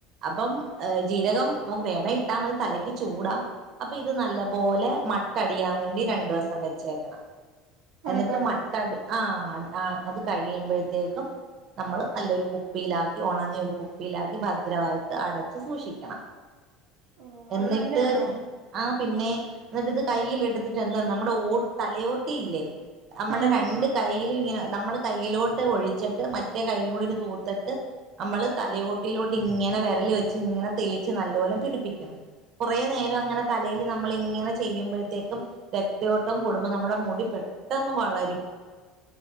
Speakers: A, on the right (about 50°); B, on the right (about 75°).
A: അപ്പം ഏ ജീരകം നമുക്ക് വേണേ ഇട്ടാ മതി തലക്ക് ചൂടാ അപ്പൊ ഇത് നല്ല പോലെ മട്ടടിയാൻ വേണ്ടി രണ്ടു ദിവസം വെച്ചേക്കണം
B: അനക്കാതെ
A: എന്നിട്ട് മട്ടടി ആഹ ആ അത് കഴിയുമ്പോഴത്തേക്കും നമ്മള് നല്ലൊരു കുപ്പിയിലാക്കി ഉണങ്ങിയ ഒരു കുപ്പിയിലാക്കി ഭദ്രമായിട്ട് അടച്ച് സൂക്ഷിക്കണം
B: ഓ
A: എന്നിട്ട്
B: അത് നല്ലയാന്നോ
A: ആ പിന്നെ എന്നിട്ട് ഇത് കയ്യിൽ എടുത്തിട്ട് എന്താ നമ്മുടെ ഓ തലയോട്ടിയില്ലേ നമ്മുടെ
B: ആഹ്
A: രണ്ട് കൈയിലും ഇങ്ങനെ നമ്മള് കയ്യിലോട്ട് ഒഴിച്ചിട്ട് മറ്റേ കയ്യിലും കൂടി ഇത് തൂത്തിട്ട് നമ്മള് തലയോട്ടിയിലോട്ട് ഇങ്ങനെ വിരൽ വെച്ച് ഇങ്ങനെ തേച്ച് നല്ല പോലെ പിടിപ്പിക്കണം കുറെനേരം അങ്ങനെ തലേൽ നമ്മൾ ഇങ്ങനെ ചെയ്യുമ്പോഴത്തേക്കും രക്തയോട്ടം കൂടുമ്പോൾ നമ്മുടെ മുടി പെട്ടെന്ന് വളരും